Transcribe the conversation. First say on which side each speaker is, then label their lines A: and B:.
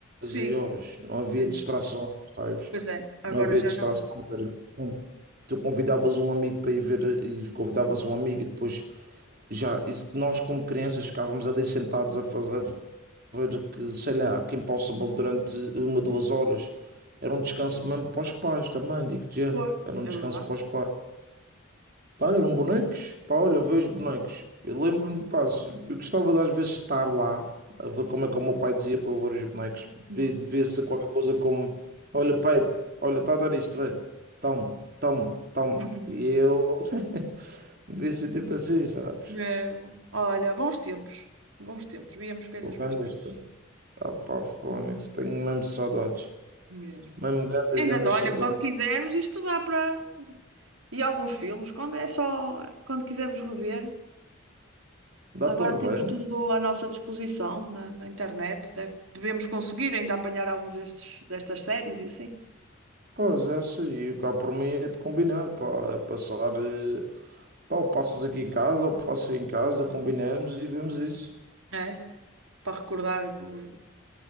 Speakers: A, on the right; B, on the right.
A: Sim,
B: e horas. Não havia
A: é diferente.
B: distrações, sabes?
A: Pois é, agora
B: Não havia
A: já
B: distrações.
A: não.
B: era diferente. Tu convidavas um amigo para ir ver e convidavas um amigo e depois já isso- nós como crianças ficávamos ali sentados a fazer a ver que, sei lá, que Impossible durante uma, duas horas. Era um descanso mesmo para os pais também, digo-te já.
A: Pois.
B: Era um
A: É
B: descanso
A: verdade.
B: para os pais. Pá, eram bonecos. Pá, olha, vê os bonecos. Eu lembro-me, pá, eu gostava de às vezes estar lá, a ver como é que o meu pai dizia para eu ver os bonecos.
A: Uhum.
B: Devia devia ser qualquer coisa como: olha, pai, olha, está a dar isto, vê, toma, toma, toma.
A: <laughs>
B: E eu <laughs> devia ser tipo assim, sabes?
A: Mesmo. Olha, bons tempos, bons tempos, víamos coisas
B: O Gandas,
A: muito fixes.
B: ah, pá, Fónix, tenho mesmo saudades.
A: Mesmo.
B: Mesmo Gandas,
A: Ainda,
B: Gandas
A: dá, olha,
B: saudades.
A: quando quisermos estudar para. E alguns filmes, quando é só. Quando quisermos rever.
B: Dá
A: Agora
B: para rever?
A: temos tudo
B: né?
A: à nossa disposição na, na internet. Deve- devemos conseguir ainda apanhar alguns destes, destas séries e assim.
B: Pá, já sei, e cá por mim é de combinar, pá, é passar. eh, Pá, ou passas aqui em casa, ou passas aí em casa, combinamos e vemos isso
A: É? Para recordar os,